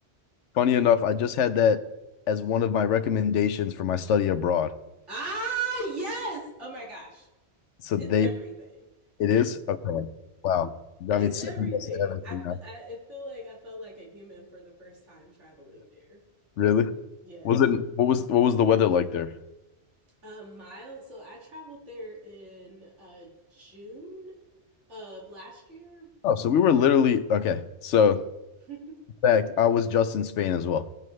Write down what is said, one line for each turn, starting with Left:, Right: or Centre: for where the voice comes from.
Left: funny enough, I just had that as one of my recommendations for my study abroad.
Right: Ah, yes. Oh my gosh.
Left: So
Right: It's
Left: they,
Right: everything.
Left: it is? Okay. Wow. You got
Right: It's
Left: me second
Right: everything.
Left: guessing everything
Right: I,
Left: now.
Right: I I feel like I felt like a human for the first time traveling there.
Left: Really?
Right: Yeah.
Left: Was it what was what was the weather like there?
Right: Um, miles. So I traveled there in uh June of last year.
Left: Oh, so we were literally, okay. So,
Right: <laughs>
Left: in fact, I was just in Spain as well.